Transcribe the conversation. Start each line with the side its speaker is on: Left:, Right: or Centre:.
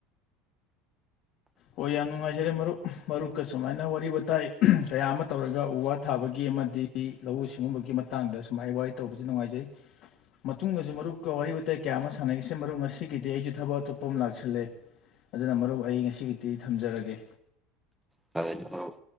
Left: ꯍꯣ ꯌꯥꯝ ꯅꯨꯡꯉꯥꯏꯖꯔꯦ ꯃꯔꯨꯞ ꯃꯔꯨꯞꯀ ꯁꯨꯃꯥꯏꯅ ꯋꯥꯔꯤ ꯋꯥꯇꯥꯏ ꯀꯌꯥ ꯑꯃ ꯇꯧꯔꯒ ꯎ ꯋꯥ ꯊꯥꯕꯒꯤ ꯑꯃꯗꯤ ꯂꯧꯎ ꯁꯤꯡꯎꯕꯒꯤ ꯃꯇꯥꯡꯗ ꯁꯨꯃ ꯑꯩ ꯋꯥꯔꯤ ꯇꯧꯕꯁꯤ ꯅꯨꯡꯉꯥꯏꯖꯩ ꯃꯇꯨꯡꯗꯁꯨ ꯃꯔꯨꯞꯀ ꯋꯥꯔꯤ ꯋꯥꯇꯥꯏ ꯀꯌꯥ ꯑꯃ ꯁꯥꯟꯅꯔꯤꯁꯦ ꯃꯔꯨꯞ ꯉꯁꯤꯒꯤꯗꯤ ꯑꯩꯁꯨ ꯊꯕꯛ ꯑꯇꯣꯞꯄ ꯑꯃ ꯂꯥꯛꯁꯜꯂꯦ ꯑꯗꯨꯅ ꯃꯔꯨꯞ ꯑꯩ ꯉꯁꯤꯒꯤ ꯇꯤ ꯊꯝꯖꯔꯒꯦ
Centre: ꯐꯔꯦ ꯑꯗꯣ ꯃꯔꯨꯞ